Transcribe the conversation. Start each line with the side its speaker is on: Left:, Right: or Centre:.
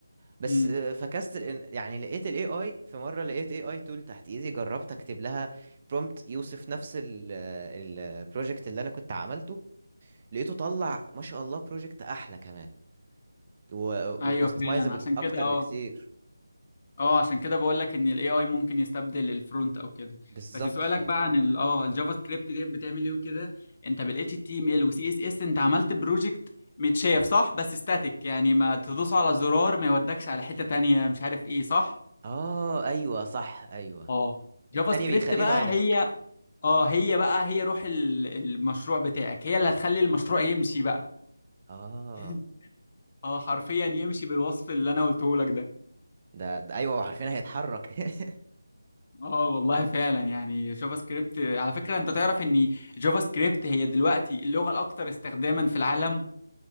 Right: بس
Left: امم
Right: آه، فكست ال- يعني لقيت الاي اي في مرة لقيت اي اي تول تحت ايدي جربت اكتب لها برومبت يوصف نفس البروجكت اللي انا كنت عملته لقيته طلع ما شاء الله بروجكت احلى كمان وكاستمايزابل
Left: ايوه فعلا عشان
Right: اكتر
Left: كده اه
Right: بكتير
Left: اه عشان كده بقول لك ان الاي اي ممكن يستبدل الفرونت او كده
Right: بالظبط
Left: بس سؤالك
Right: ف
Left: بقى عن ال- اه الجافا سكريبت دي بتعمل ايه وكده انت بالاتش تي ام ال وسي اس اس انت عملت بروجكت متشاف صح بس استاتيك يعني ما تدوس على زرار ما يودكش على حتة تانية مش عارف ايه صح
Right: اه ايوه صح ايوه
Left: اه جافا
Right: التاني
Left: سكريبت
Right: بيخليه
Left: بقى
Right: دايناميك
Left: هي اه هي بقى هي روح ال- المشروع بتاعك هي اللي هتخلي المشروع يمشي بقى
Right: اه
Left: <laughs> اه حرفيا يمشي بالوصف اللي انا قلته لك ده
Right: ده, ده ايوه وعارفين هيتحرك <laughs>
Left: اه والله فعلا يعني جافا سكريبت على فكرة انت تعرف ان جافا سكريبت هي دلوقتي اللغة الاكثر استخداما في العالم